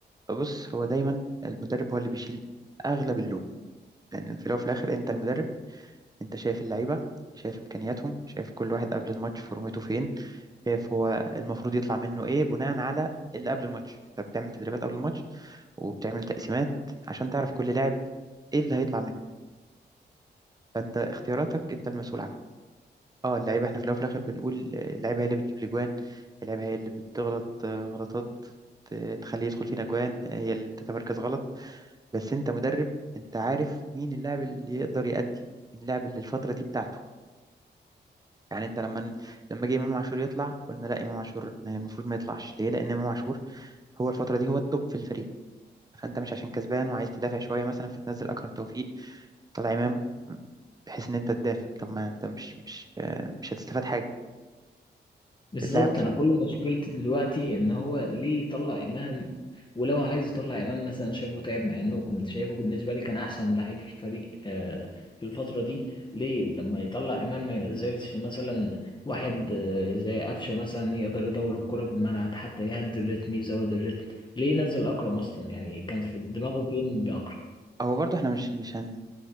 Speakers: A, on the right; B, on the left.
A: بص هو دايما المدرب هو اللي بيشيل اغلب اللوم لان في الاول وفي الاخر انت المدرب انت شايف اللعيبه شايف امكانياتهم شايف كل واحد قبل الماتش فورمته فين شايف هو المفروض يطلع منه ايه بناء على اللي قبل الماتش انت بتعمل تدريبات قبل الماتش وبتعمل تقسيمات عشان تعرف كل لاعب ايه اللي هيطلع منه فانت اختياراتك انت المسؤول عنها اه اللعيبه احنا في الاول وفي الاخر بنقول اللعيبه هي اللي بتجيب الاجوان اللعيبه هي اللي بتغلط آه، غلطات آه، تخليه يدخل فينا اجوان هي اللي بتتمركز غلط بس انت مدرب انت عارف مين اللاعب اللي يقدر يأدي مين اللاعب اللي الفترة دي بتاعته يعني انت لما لما جه امام عاشور يطلع قلنا لا امام عاشور ما- المفروض ما يطلعش ليه لان امام عاشور هو الفترة دي هو التوب في الفريق فانت مش عشان كسبان وعايز تدافع شوية مثلا فتنزل اكرم توفيق طلع امام بحيث ان انت تدافع طب ما انت مش مش آه، مش هتستفاد حاجه
B: بالظبط
A: اللاعب
B: انا كل مشكلتي دلوقتي ان هو ليه يطلع امام ولو عايز يطلع امام مثلا شايفه تعب مع انه كنت شايفه بالنسبه لي كان احسن لعيب في الفريق آه في الفتره دي ليه لما يطلع امام ما ينزلش مثلا واحد آه زي قفشه مثلا يقدر يدور الكره بالملعب حتى يهدي الريتم يزود الريتم ليه نزل اكرم اصلا يعني كان في دماغه فين باكرم
A: هو برضه احنا مش مش هن